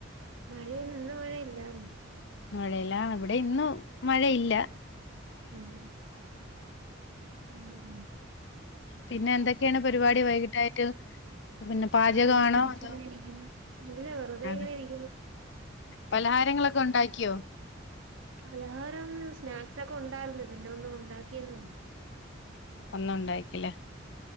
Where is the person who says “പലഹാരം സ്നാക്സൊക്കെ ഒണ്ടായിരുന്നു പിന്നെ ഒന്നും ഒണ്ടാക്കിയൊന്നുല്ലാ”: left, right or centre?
Right